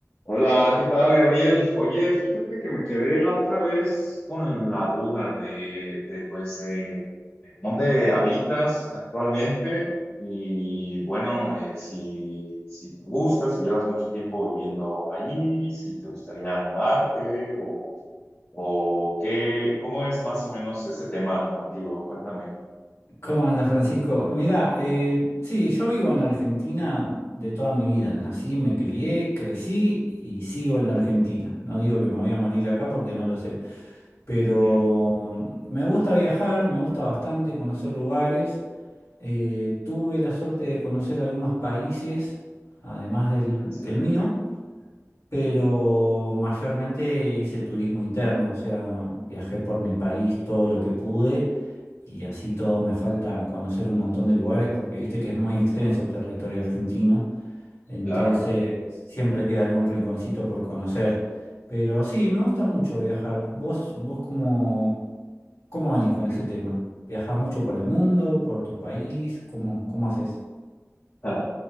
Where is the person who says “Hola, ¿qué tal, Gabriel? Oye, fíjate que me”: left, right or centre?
Left